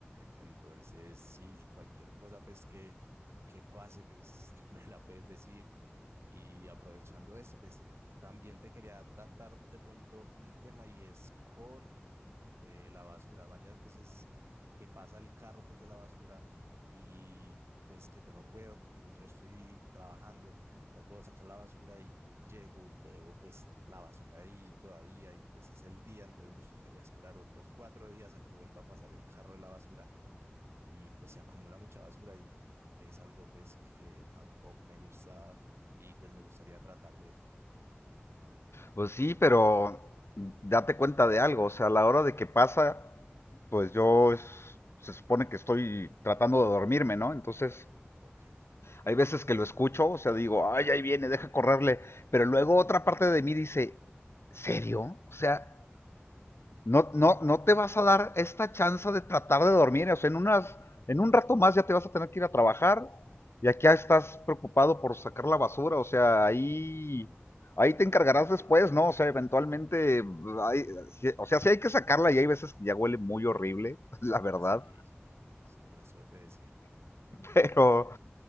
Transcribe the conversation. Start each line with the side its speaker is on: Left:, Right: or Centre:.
Right: Entonces sí, cualquier cosa pues que, que pase, pues <laughs> me la puedes decir y aprovechando esto, pues también te quería tratar de pronto un tema y es con eh, la basura. Varias veces que pasa el carro pues de la basura y pues que yo no puedo porque pues yo estoy trabajando, no puedo sacar la basura y pues llego y veo pues la basura ahí todavía y pues es el día, entonces nos tocaría esperar otros cuatro días a que vuelva a pasar el carro de la basura y pues se acumula mucha basura y es algo pues que tampoco me gusta y pues me gustaría tratar de eso.
Left: Pues sí, pero date cuenta de algo, o sea, a la hora de que pasa, pues yo es- se supone que estoy tratando de dormirme, ¿no? Entonces,
Right: Ok,
Left: hay veces que lo escucho, o sea, digo, ay, ahí viene, deja correrle, pero luego otra parte de mí dice, ¿serio? O sea, No, no, no te vas a dar esta chance de tratar de dormir. O sea, en, unas, en un rato más ya te vas a tener que ir a trabajar y aquí estás preocupado por sacar la basura. O sea, ahí, ahí te encargarás
Right: ok, ok.
Left: después, ¿no? O sea, eventualmente, hay- si- o sea, sí hay que sacarla y hay veces que ya huele muy horrible, <laughs> la verdad.
Right: Sí, sí, por eso te decía.
Left: Pero